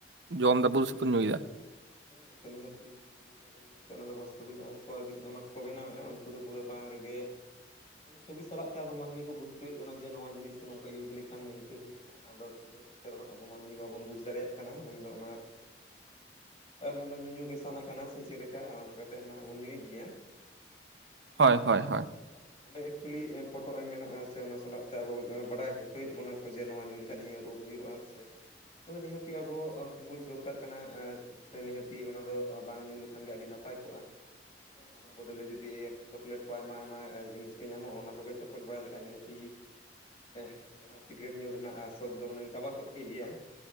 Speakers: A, on the right; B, on the left.
A: ᱡᱚᱢ ᱮᱫᱟ ᱵᱚᱱ ᱥᱮ ᱵᱚᱱ ᱧᱩᱭ ᱮᱫᱟ ᱾
B: ᱦᱮᱸ ᱜᱚᱝᱠᱮ ᱱᱤᱦᱟᱹᱛᱤ ᱾ <unintelligible> ᱵᱟᱥᱛᱚᱵᱤ ᱡᱟᱦᱟᱸᱭ ᱠᱚ ᱟᱨ ᱚᱱᱟ ᱠᱚ ᱵᱮᱱᱟᱣᱮᱫᱼᱟ ᱩᱱᱠᱩ ᱫᱚ ᱯᱩᱨᱟᱹ ᱵᱟᱝ ᱨᱮᱜᱮ ᱪᱚᱵᱤᱥ ᱥᱟᱞᱟᱜ ᱛᱮ ᱟᱵᱚ ᱢᱟᱹᱱᱢᱤ ᱠᱚ ᱵᱩᱡᱽ ᱦᱚᱪᱚᱭᱮᱫ ᱵᱚᱱᱟ ᱡᱮ, ᱱᱚᱣᱟ ᱡᱤᱱᱤᱥ ᱱᱚᱝᱠᱟ ᱤᱭᱩᱡᱽ ᱞᱮᱠᱷᱟᱱ ᱱᱤᱝᱠᱟᱹ ᱦᱩᱭᱩᱜᱼᱟ ᱾ ᱟᱫᱚ ᱮᱱᱛᱮ ᱨᱮᱦᱚᱸ ᱟᱵᱚ ᱢᱟᱹᱱᱢᱤ ᱵᱟᱵᱚᱱ ᱵᱩᱡ ᱫᱟᱲᱮᱭᱟᱜ ᱠᱟᱱᱟ ᱢᱮᱱ ᱫᱚ ᱚᱱᱟ ᱢᱮᱱ ᱫᱚ ᱧᱩ ᱧᱩ ᱜᱮ ᱥᱟᱱᱟ ᱠᱟᱱᱟ ᱥᱮ ᱪᱮᱫ ᱞᱮᱠᱟ ᱚᱱᱠᱟ ᱠᱟᱛᱮᱫ ᱦᱟᱸᱜ ᱵᱚᱱ ᱧᱩᱭᱮᱫ ᱜᱮᱭᱟ ᱾ ᱦᱮᱸ
A: ᱦᱳᱭ ᱦᱳᱭ
B: ᱢᱮᱱ
A: ᱦᱳᱭ
B: ᱠᱷᱟᱱ ᱚᱸᱰᱮ ᱮᱠᱪᱩᱭᱮᱞᱤ ᱯᱷᱳᱴᱳ ᱮᱢ ᱢᱮᱱᱟᱜᱼᱟ ᱥᱮ ᱚᱱᱟ ᱥᱟᱞᱟᱜ ᱛᱮ ᱟᱵᱚ ᱵᱟᱰᱟᱭ ᱦᱚᱪᱚᱭᱮᱫ ᱵᱚᱱᱟ ᱠᱚ ᱡᱮ ᱱᱚᱣᱟ ᱧᱩ ᱱᱤᱭᱟᱹ ᱨᱳᱜᱽ ᱦᱩᱭᱩᱜᱼᱟ ᱥᱮ ᱱᱤᱦᱟᱹᱛᱤ ᱟᱵᱚ ᱵᱩᱡᱽ ᱫᱚᱨᱠᱟᱨ ᱠᱟᱱᱟ ᱾ ᱥᱮ ᱱᱤᱦᱟᱛᱤ ᱚᱱᱟ ᱫᱚ ᱵᱟᱝ ᱧᱩ ᱞᱮ ᱠᱷᱟᱱ ᱜᱮ ᱟᱹᱰᱤ ᱱᱟᱯᱟᱭ ᱠᱚᱜᱼᱟ᱾ ᱦᱮᱸ ᱵᱚᱫᱚᱞᱮ ᱡᱩᱫᱤ ᱪᱚᱠᱞᱮᱴ ᱠᱚ ᱟᱭᱢᱟ, ᱟᱭᱢᱟ ᱡᱤᱱᱤᱥ ᱜᱮ ᱧᱟᱢᱚᱜᱼᱟ᱾ ᱚᱱᱟ ᱠᱚ ᱜᱮ ᱪᱚᱠᱚᱡ ᱵᱟᱲᱟᱭ ᱞᱮᱠᱷᱟᱡ ᱱᱤᱦᱟᱹᱛᱤ ᱦᱮᱸ ᱚᱱᱟ ᱥᱤᱠᱨᱮᱴ ᱧᱩ ᱨᱮᱱᱟᱜ ᱥᱚᱠ ᱫᱚ ᱦᱩᱱᱟᱹᱝ ᱪᱟᱵᱟ ᱠᱚᱜ ᱠᱮ ᱜᱮᱭᱟᱢ ᱾